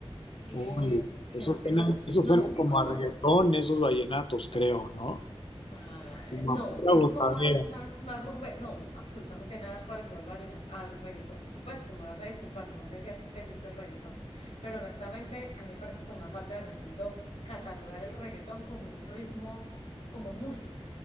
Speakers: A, on the left; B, on the left.
A: Eh,
B: Uy,
A: ¿qué
B: eso
A: más te
B: suena,
A: cuento?
B: eso
A: No
B: suena
A: sé si
B: como
A: conoces
B: a reggaetón, esos vallenatos, creo, ¿no?
A: Ah,
B: Como
A: no,
B: a pura
A: esos
B: gozadera.
A: son más, más, más rumbe. No, absolutamente nada es parecido al vallenato, al reggaetón. O sea, pues tú me vas a disculpar, no sé si a ti te gusta el reggaetón, pero honestamente a mí me parece hasta una falta de respeto catalogar el reggaetón como un ritmo, como música.